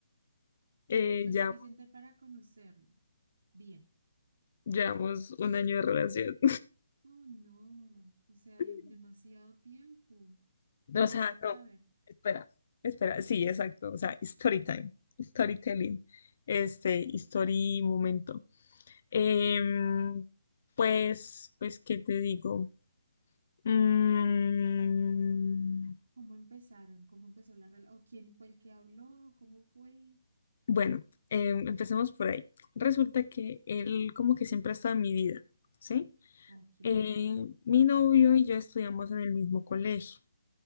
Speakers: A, on the left; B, on the right.
A: eh,
B: lo
A: ya
B: suficiente para conocerme. Bien.
A: Llevamos un año de relación.
B: oh no, o sea,
A: <laughs>
B: de- demasiado tiempo. Y
A: O sea,
B: yo sin saber,
A: no. Espera, espera. Sí, exacto. O sea, story time, storytelling, este, story momento. Em,
B: sí,
A: pues, pues, ¿qué te digo? Mm,
B: cómo empezaron, cómo empezó la relación, o quién fue el que habló, cómo fue.
A: bueno, em, empecemos por ahí. Resulta que él como que siempre ha estado en mi vida, ¿sí?
B: Ok,
A: Eh, mi novio y yo estudiamos en el mismo colegio,